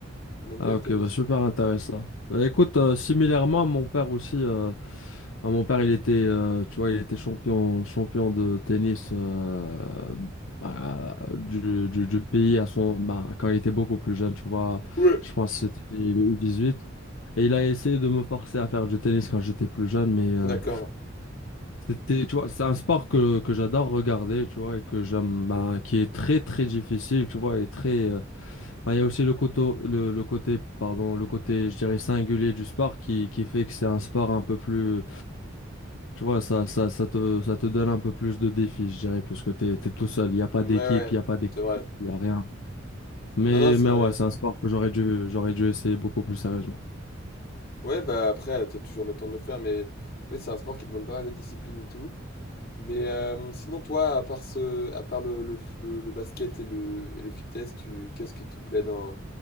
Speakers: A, on the left (about 50°); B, on the left (about 80°).
A: On aime
B: Ah
A: bien le
B: ok,
A: tennis.
B: bah super intéressant. Bah écoute, euh, similairement, mon père aussi, euh, bah, mon père il était, euh, tu vois, il était champion, champion de tennis euh, bah, du, du, du pays à son, bah, quand il était beaucoup plus jeune, tu vois,
A: Ouais.
B: je pense que c'était les les U18. Et il a essayé de me forcer à faire du tennis quand j'étais plus jeune, mais...
A: <laughs> D'accord.
B: euh, C'était, tu vois, c'est un sport que, que j'adore regarder, tu vois, et que j'aime, bah, qui est très, très difficile, tu vois, et très, euh, bah, il y a aussi le côté, le, le côté, pardon, le côté, je dirais, singulier du sport qui, qui fait que c'est un sport un peu plus, tu vois, ça, ça, ça te, ça te donne un peu plus de défis, je dirais, puisque t'es, t'es tout seul, il n'y a pas
A: Ouais,
B: d'équipe,
A: ouais,
B: il n'y a pas d'équipe,
A: c'est vrai.
B: il n'y a rien. Mais,
A: Non, non, ça...
B: mais ouais, c'est un sport que j'aurais dû, j'aurais dû essayer beaucoup plus sérieusement.
A: Ouais, bah après, t'as toujours le temps de le faire, mais... Oui, c'est un sport qui demande pas mal de discipline et tout. Mais euh, sinon, toi, à part ce... à part le, le, f- le- le basket et le, et le fitness, tu... qu'est-ce qui te plaît dans,